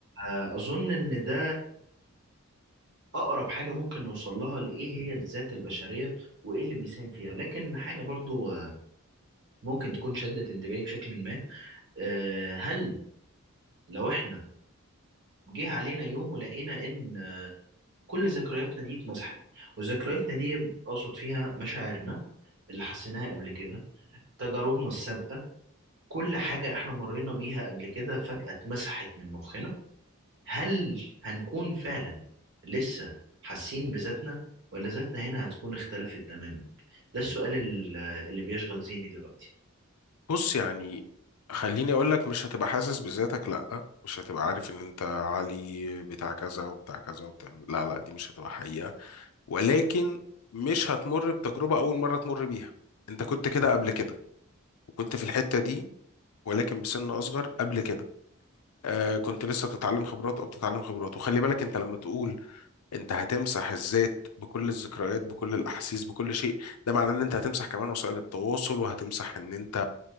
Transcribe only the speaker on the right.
آه، أظن إن ده أقرب حاجة ممكن نوصل لها لإيه هي الذات البشرية وإيه اللي بيساهم فيها لكن حاجة برضو آه، ممكن تكون شدت انتباهي بشكل ما آه، هل لو إحنا جه علينا يوم ولقينا إن كل ذكرياتنا دي اتمسحت وذكرياتنا دي أقصد فيها مشاعرنا اللي حسيناها قبل كده تجاربنا السابقة كل حاجة احنا مرينا بيها قبل كده فجأة اتمسحت من مخنا هل هنكون فعلا لسه حاسين بذاتنا ولا ذاتنا هنا هتكون اختلفت تماما ده السؤال ال- اللي بيشغل ذهني دلوقتي